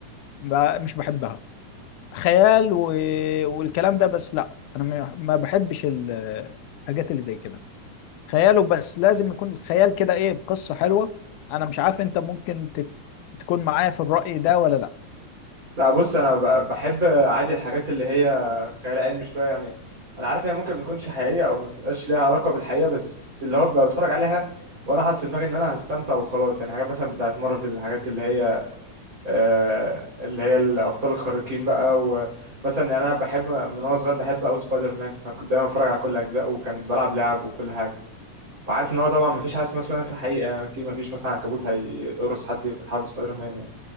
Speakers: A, on the left; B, on the right.
A: ب- مش بحبها خيال و... والكلام ده بس لا انا ما ما بحبش ال- الحاجات اللي زي كده خياله بس لازم يكون الخيال كده ايه بقصه حلوه انا مش عارف انت ممكن تت- تكون معايا في الرأي ده ولا لا
B: لا بص انا ب- بحب عادي الحاجات اللي هي خيال علمي شويه يعني انا عارف هي ممكن ما تكونش حقيقيه او ما تبقاش ليها علاقه بالحقيقه بس اللي هو بتفرج عليها وانا حاطط في دماغي ان انا هستمتع وخلاص يعني حاجات مثلا بتاعت مارفل الحاجات اللي هي آه اللي هي الابطال الخارقين بقى ومثلا يعني انا بحب من وانا صغير بحب او سبايدر مان فكنت دايما بتفرج على كل اجزائه وكان بلعب لعب وكل حاجه وعارف ان هو طبعا ما فيش حاجه اسمها سبايدر مان في الحقيقه يعني اكيد ما فيش مثلا عنكبوت هيقرص حد يبقى تحول سبايدر مان يعني